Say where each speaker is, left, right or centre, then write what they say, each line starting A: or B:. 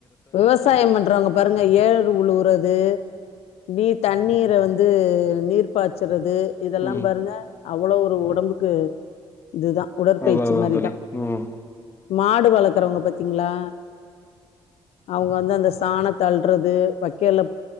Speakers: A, on the left; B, on the left.
A: விவசாயம் பண்றவங்க பாருங்க ஏரு உழுவுறது பி தண்ணீர வந்து நீர் பாய்ச்சறது து இதெல்லாம்
B: ம்
A: பாருங்க அவ்ளோ ஒரு ஒடம்புக்கு இதுதா உடற்பயிற்சி
B: அதா அதா
A: மாரிதா
B: தோழி ம்
A: மாடு வளக்கறவங்க பாத்தீங்ளா அவுங்க வந்து அந்த சாணத்த அல்றது வெக்கல்ல